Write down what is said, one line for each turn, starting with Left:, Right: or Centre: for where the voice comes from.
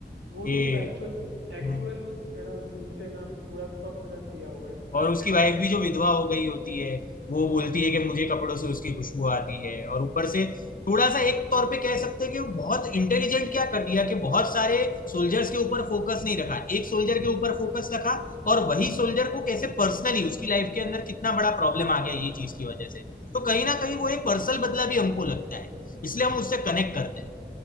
Right: वो
Left: कि
Right: तो मतलब एक्चुअल एक्चुअल
Left: "हम्म,
Right: ना सीन से ना पूरा का पूरा ना किया हुआ है
Left: और उसकी
Right: एक्चुअल
Left: वाइफ भी जो विधवा हो गई होती है वो बोलती है कि मुझे कपड़ों से उसकी खुशबू आती है और ऊपर से थोड़ा सा एक तौर पे कह सकते हैं कि वो बहुत इंटेलिजेंट क्या कर दिया कि बहुत सारे सोल्जर्स के ऊपर फोकस नहीं रखा एक सोल्जर के ऊपर फोकस रखा और वही सोल्जर को कैसे पर्सनली उसकी लाइफ के अंदर कितना बड़ा प्रॉब्लम आ गया ये चीज की वजह से तो कहीं ना कहीं वो एक पर्सनल बदला भी हमको लगता है इसलिए हम उससे कनेक्ट करते